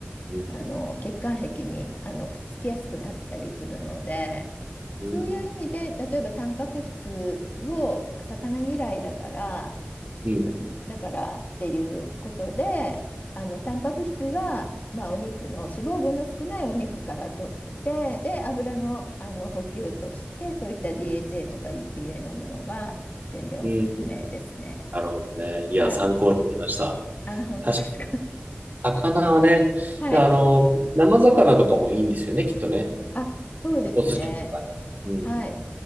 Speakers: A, on the right; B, on the left.
A: うん、
B: あの血管壁にあのくっつきやすくなったりするので
A: うん、
B: そういう意味で例えばタンパク質を魚嫌いだから
A: うん、
B: だからっていうことであのタンパク質は、まあ、お肉の脂肪分の少ないお肉から取ってで油の、あの補給としてそういった DHA とか EPA 飲むのは全然おすすめですね。
A: うん。なるほどね。いや、
B: はい。
A: 参考になりました。
B: あ、本当ですか。
A: 確かに、
B: <laughs>
A: 魚はね、
B: はい。
A: あの、生魚とかもいいんですよね、きっとね。
B: あ、そうですね。
A: お寿司とかね。うん。
B: はい。